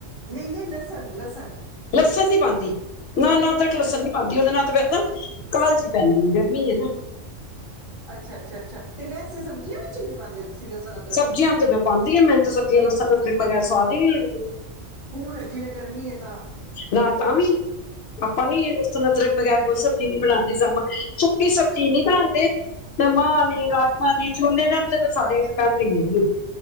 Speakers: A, on the right; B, on the left.
A: ਨਹੀਂ ਨਹੀਂ ਲਸਨ ਲਸਨ
B: ਲਸਣ ਨੀ ਪਾਉਂਦੀ ਨਾ ਨਾ ਅਦਰਕ
A: ਅੱਛਾ
B: ਲਸਣ ਨ ਬਣਦੀ ਉਹਦੇ ਨਾਲ ਤੇ ਪਹਿ ਨਾ ਕਾਲਜ਼ੀ ਪੈਂਦੀ ਗਰਮੀ ਹੈ ਨਾ
A: ਅੱਛਾ ਅੱਛਾ ਅੱਛਾ ਤੇ ਵੈਸੇ ਸਬਜ਼ੀਆਂ ਵਿੱਚ ਵੀ ਨੀ ਪਾਉਂਦੇ <unintelligible> ਤੁਸੀਂ ਲਸਣ ਅਦਰਕ
B: ਸਬਜ਼ੀਆਂ ਤੇ ਮੈਂ ਪਾਉਂਦੀ ਹਾਂ ਮੈਨੂੰ ਸਬਜ਼ੀਆਂ ਲਸਣ ਤੋਂ ਬਿਨਾਂ ਸਵਾਦ ਨੀ ਲਗਦੀ
A: ਹੁਣ ਜਿਵੇਂ ਗਰਮੀ ਹੈ ਤਾਂ
B: ਨਾ ਤਾਂ ਵੀ ਆਪਾਂ ਨੀ ਅਦਰਕ ਬਗੈਰ ਕੋਈ ਸਬਜ਼ੀ ਨੀ ਬਣਾਉਂਦੇ ਸਮ ਸੁੱਕੀ ਸਬਜ਼ੀ ਨਹੀਂ ਬਣਾਉਂਦੇ ਤੇ ਮਾਂ ਨੇ ਰਾਜਮਾਂ ਨੇ ਛੋਲੇ ਨਾਲ ਤੇ ਤਾਂ ਸਾਰੇ ਪਹਦੇ ਨੇ